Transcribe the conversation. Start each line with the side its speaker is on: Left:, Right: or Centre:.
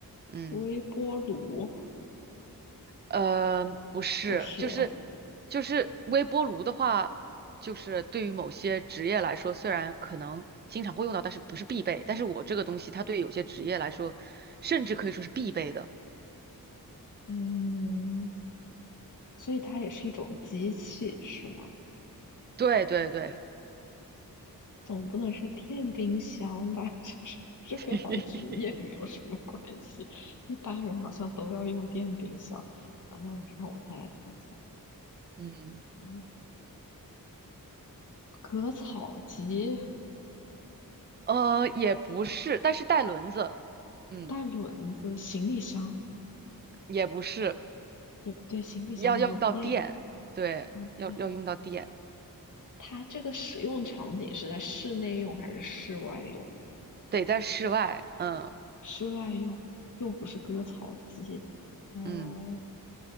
Right: 嗯。
Left: 微波炉
Right: 呃，不是，
Left: 不是，
Right: 就是就是微波炉的话，就是对于某些职业来说，虽然可能经常会用到，但是不是必备。但是我这个东西，它对有些职业来说，甚至可以说是必备的。
Left: 嗯，所以它也是一种机器，是吗？
Right: 对对对，
Left: 总不能是电冰箱吧？<laughs> 这是这跟好像职业没有什么关系，
Right: <laughs>
Left: 一般人好像都要用电冰箱。呃，让我再来猜猜，
Right: 嗯，
Left: 嗯，割草机、
Right: 呃，也不是，但是带轮子，嗯，
Left: 带轮子、行李箱。
Right: 也不是，
Left: 也不对，行李箱没有电，
Right: 要要用到电，对，
Left: 到电。
Right: 要要用到电，
Left: 它这个使用场景是在室内用还是室外用？
Right: 得在室外，嗯
Left: 室外用又不是割草机，嗯，
Right: 嗯。